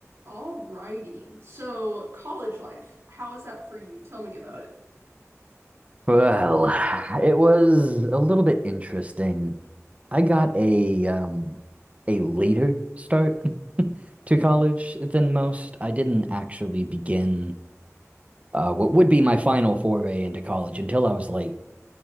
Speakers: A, on the right; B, on the right.
A: Alrighty. So, college life, how is that for you? Tell me about it.
B: Well, it was a little bit interesting. I got a um a later start to
A: hmm
B: college than most. I didn't actually begin uh what would be my final foray into college until I was like